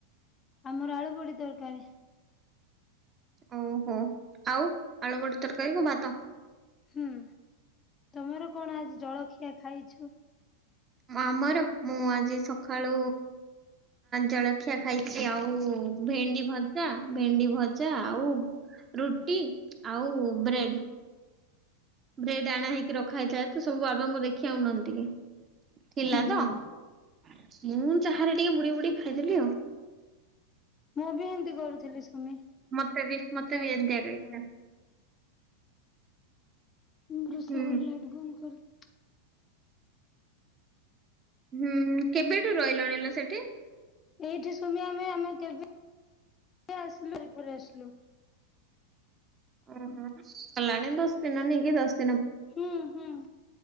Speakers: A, on the left; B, on the right.
A: ଆମର ଆଳୁ ବଡି ତରକାରୀ।
B: ଓହୋ ଆଉ ଆଳୁ ବଡି ତରକାରୀ କୁ ଭାତ।
A: ହୁଁ ତମର କଣ ଆଜି ଜଳଖିଆ ଖାଇଛୁ?
B: ମ ଆମର ମୁଁ ଆଜି ସକାଳୁ ଜଳଖିଆ ଖାଇଛି ଆଉ ଭେଣ୍ଡି ଭଜା ଭେଣ୍ଡି ଭଜା ଆଉ
A: ହୁଁ
B: ରୁଟି ଆଉ ବ୍ରେଡ। ବ୍ରେଡ ଆଣା ହେଇକି ରଖା ହେଇଥିଲା ତ ସବୁ ବାବା ଙ୍କୁ ଦେଖିବାକୁ ଆଉନାହାନ୍ତି ଟିକେ ଥିଲା
A: ହୁଁ
B: ତ ମୁଁ ଚାହାରେ ଟିକେ ବୁଡେଇ ବୁଡେଇ ଖାଇଦେଲି ଆଉ।
A: ମୁଁ ବି ହେମିତି କରୁଥିଲି ସୁମି କଥା
B: ମତେ ବି ମତେ ବି
A: ହବ
B: ଏମିତିଆ
A: ଟିକେ
B: ଇଚ୍ଛା।
A: ପରେ। ମୁଁ ରୁଷେଇ
B: ହୁଁ
A: ଘର ଲାଇଟ୍ ବନ୍ଦ କରେ।
B: ହୁଁ କେବେଠୁ ରହିଲଣିିଲୋ ସେଠି?
A: ଏଇଠି ସୁମି ଆମେ ଆମେ କେବେ <inaudible> ଆସିଲୁ ଏଇପରେ ଆସିଲୁ।
B: ଉଁ ହୁଁ କଲାଣି ଦସ୍ତ ଦିନ ନେଇକି ଦସ୍ତ <unintelligible>
A: ହୁଁ ହୁଁ